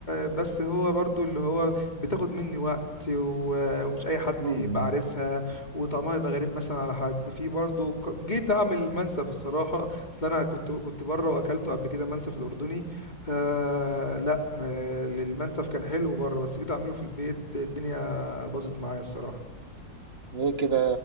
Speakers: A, on the left (about 20°); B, on the right (about 35°).
A: بس هو برضو اللي هو بتاخد مني وقت و- ومش اي حد
B: مم.
A: يبقى عارفها وطعمها يبقى غريب مثلا على حد في برضو ك- جيت اعمل منسف الصراحه اصل انا كنت كنت بره واكلته قبل كده منسف الاردني آه لا آه المنسف كان حلو بره بس جيت اعمله في البيت الدنيا باظت معايا الصراحه
B: ايه كده